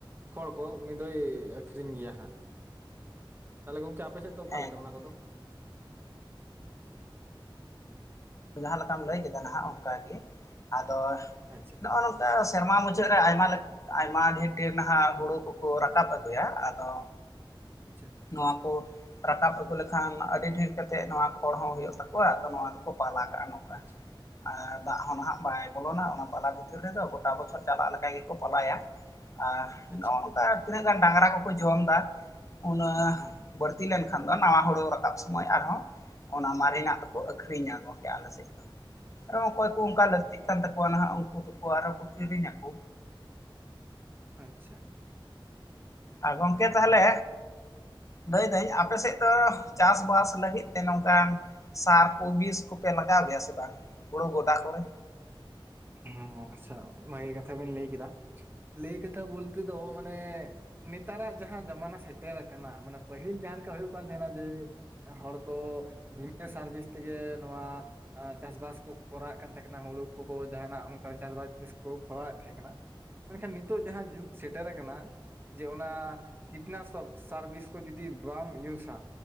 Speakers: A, on the right (about 25°); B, on the left (about 35°).
A: ᱠᱷᱚᱲ ᱠᱚ ᱩᱱᱤ ᱫᱚᱭ ᱟᱹᱠᱷᱨᱤᱧ ᱜᱮᱭᱟ ᱦᱟᱸᱜ᱾ ᱛᱟᱦᱞᱮ ᱜᱚᱝᱠᱮ ᱟᱯᱮ ᱥᱮᱫ ᱫᱚ ᱚᱠᱟ
B: ᱦᱮᱸ
A: ᱞᱮᱠᱟ
B: ᱜᱚᱝᱠᱮ
A: ᱚᱱᱟ ᱠᱚᱫᱚ?
B: ᱡᱟᱦᱟᱸ ᱞᱮᱠᱟᱢ ᱞᱟᱹᱭ ᱠᱮᱫᱟ ᱱᱟᱦᱟᱜ ᱚᱱᱠᱟ ᱜᱮ, ᱟᱫᱚᱼᱼ
A: ᱟᱪᱪᱷᱟ᱾
B: ᱱᱚᱜᱼᱚ ᱱᱚᱝᱠᱟ ᱥᱮᱨᱢᱟ ᱢᱩᱪᱟᱹᱫ ᱨᱮ ᱟᱭᱢᱟ ᱞᱮᱠᱟᱼᱼ ᱟᱭᱢᱟ ᱰᱷᱮᱨ ᱰᱷᱮᱨ ᱱᱟᱦᱟᱜ ᱦᱩᱲᱩ ᱠᱚᱠᱚ ᱨᱟᱠᱟᱵ ᱟᱹᱜᱩᱭᱟ ᱟᱫᱚᱼᱼ
A: ᱟᱪᱪᱷᱟ᱾
B: ᱱᱚᱣᱟ ᱠᱚ ᱨᱟᱠᱟᱵ ᱟᱹᱜᱩ ᱞᱮᱠᱷᱟᱱ ᱟᱹᱰᱤ ᱰᱷᱮᱨ ᱠᱟᱛᱮᱫ ᱱᱚᱣᱟ ᱠᱷᱚᱲ ᱦᱚᱸ ᱦᱩᱭᱩᱜ ᱛᱟᱠᱚᱣᱟ ᱟᱫᱚ ᱱᱚᱣᱟᱼᱼ ᱠᱚ ᱯᱟᱞᱟ ᱠᱟᱜᱼᱟ ᱱᱚᱝᱠᱟᱼᱼ
A: ᱟᱪᱪᱷᱟ
B: ᱟᱸ ᱫᱟᱜ ᱦᱚᱸ ᱱᱟᱦᱟᱜ ᱵᱟᱭ ᱵᱚᱞᱚᱱᱟ ᱚᱱᱟ ᱯᱟᱞᱟ ᱵᱷᱤᱛᱤᱨ ᱨᱮᱫᱚ ᱜᱚᱴᱟ ᱵᱚᱪᱷᱚᱨ ᱪᱟᱞᱟᱜ ᱞᱮᱠᱟ ᱜᱮᱠᱚ ᱯᱟᱞᱟᱭᱟ᱾ ᱟᱨ
A: ᱟᱪᱪᱷᱟ
B: ᱱᱚᱜᱼᱚ ᱱᱚᱝᱠᱟ ᱛᱤᱱᱟᱹᱜ ᱜᱟᱱ ᱰᱟᱝᱨᱟ ᱠᱚᱠᱚ ᱡᱚᱢ ᱫᱟᱼᱼ ᱩᱱᱟᱹ
A: ᱦᱩᱸ ᱦᱩᱸ
B: ᱵᱟᱹᱲᱛᱤ ᱞᱮᱱᱠᱷᱟᱱ ᱫᱚ ᱱᱟᱣᱟ ᱦᱳᱲᱳ ᱨᱟᱠᱟᱵ ᱥᱳᱢᱳᱭ ᱟᱨᱦᱚᱸ ᱚᱱᱟ ᱢᱟᱨᱮᱱᱟᱜᱼᱼ ᱠᱚ
A: ᱟᱪᱪᱷᱟ
B: ᱟᱠᱷᱨᱤᱧᱟᱠᱚ᱾ ᱟᱞᱮ ᱥᱮᱫ ᱫᱚ ᱟᱨᱚ ᱚᱠᱚᱭ ᱠᱚ ᱚᱱᱠᱟ ᱞᱟᱹᱠᱛᱤᱜ ᱠᱟᱱ ᱛᱟᱠᱚᱣᱟ ᱱᱟᱦᱟᱜ ᱩᱱᱠᱩ ᱫᱚᱠᱚ ᱟᱨᱚ ᱠᱚ ᱠᱤᱨᱤᱧᱟᱠᱚ᱾
A: ᱟᱪᱪᱷᱟ᱾
B: ᱟᱸ ᱜᱚᱢᱠᱮ
A: ᱱᱟᱯᱟᱭ
B: ᱛᱟᱦᱞᱮ
A: ᱠᱟᱛᱷᱟ
B: ᱞᱟᱹᱭ ᱫᱟᱹᱧ ᱟᱯᱮ ᱥᱮᱫ ᱫᱚ, ᱪᱟᱥᱼᱵᱟᱥ ᱞᱟᱹᱜᱤᱫ ᱛᱮ ᱱᱚᱝᱠᱟᱱ ᱥᱟᱨ ᱠᱚ ᱵᱤᱥ ᱠᱚᱯᱮ ᱞᱟᱜᱟᱣ ᱜᱮᱭᱟ ᱥᱮ ᱵᱟᱝ? ᱦᱳᱲᱳ ᱜᱚᱫᱟ ᱠᱚᱨᱮ᱾
A: ᱦᱮᱸ ᱦᱮᱸ ᱟᱪᱪᱷᱟ ᱵᱷᱟᱜᱮ ᱠᱟᱛᱷᱟ ᱵᱮᱱ ᱞᱟᱹᱭ ᱠᱮᱫᱟ, ᱞᱟᱹᱭ ᱠᱟᱛᱷᱟ ᱵᱚᱞᱛᱮ ᱫᱚ ᱢᱟᱱᱮ ᱱᱮᱛᱟᱨᱟᱜ ᱡᱟᱦᱟᱸ ᱡᱟᱢᱟᱱᱟ ᱥᱮᱴᱮᱨ ᱟᱠᱟᱱᱟ, ᱢᱟᱱᱮ ᱯᱟᱹᱦᱤᱞ ᱡᱟᱦᱟᱸ ᱞᱮᱠᱟ ᱦᱩᱭᱩᱜ ᱠᱟᱱ ᱛᱟᱦᱮᱸᱱᱟ ᱡᱮ ᱦᱚᱲ ᱠᱚ ᱵᱷᱤᱱᱟᱹ ᱥᱟᱨ ᱵᱤᱥ ᱛᱮᱜᱮ ᱱᱚᱣᱟ ᱟᱨ ᱪᱟᱥ ᱵᱟᱥ ᱠᱚ ᱠᱚᱨᱟᱣᱮᱜ ᱠᱟᱱ ᱛᱟᱦᱮᱸ ᱠᱟᱱᱟ ᱦᱩᱲᱩ ᱠᱚᱠᱚ ᱡᱟᱦᱟᱸᱱᱟᱜ ᱚᱱᱠᱟᱱ ᱪᱟᱥ ᱵᱟᱥ ᱡᱤᱱᱤᱥ ᱠᱚ ᱠᱚᱨᱟᱣᱮᱫ ᱛᱟᱦᱮᱸ ᱠᱟᱱᱟ᱾ ᱢᱮᱱᱠᱷᱟᱱ ᱱᱤᱛᱚᱜ ᱡᱟᱦᱟᱸ ᱡᱩᱜᱽ ᱥᱮᱴᱮᱨ ᱟᱠᱟᱱᱟ, ᱡᱮ ᱚᱱᱟ ᱠᱤᱴᱱᱟᱥᱚᱠ ᱥᱟᱨᱵᱤᱥ ᱠᱚ ᱡᱩᱫᱤ ᱵᱟᱢ ᱤᱭᱩᱥᱟ